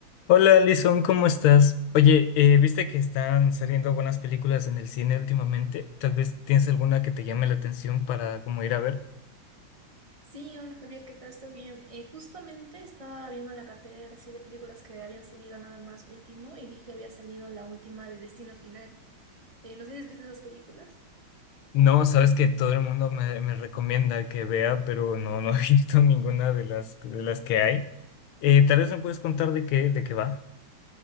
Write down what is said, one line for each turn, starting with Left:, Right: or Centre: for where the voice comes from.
Left: Hola, Alison, ¿cómo estás? Oye, eh, ¿viste que están saliendo buenas películas en el cine últimamente? Tal vez tienes alguna que te llame la atención para como ir a ver.
Right: Sí, hola Javier, ¿qué tal? Estoy bien. Eh, justamente estaba viendo la cartera así de películas que habían salido nada más último y vi que había salido la última de Destino Final. Eh, no sé si has visto esas películas.
Left: No, sabes que todo el mundo me, me recomienda que vea, pero no, no he <laughs> visto ninguna de las, de las que hay. Eh, tal vez me puedes contar de qué, de qué va.